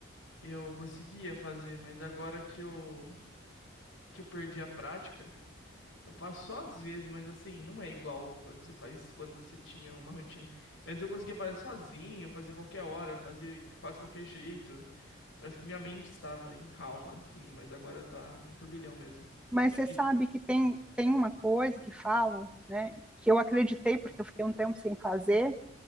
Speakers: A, on the left; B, in the centre.
A: eu conseguia fazer, mas agora que eu, que eu perdi a prática, eu faço só às vezes, mas assim, não é igual quando você faz, quando você tinha uma rotina. Antes eu conseguia fazer sozinho, fazer qualquer hora, fazer quase qualquer jeito. Parece que minha mente estava em calma, assim, mas agora tá um turbilhão mesmo.
B: mas
A: Tá difícil.
B: você sabe que tem, tem uma coisa que falam, né? Que eu acreditei, porque eu fiquei um tempo sem fazer,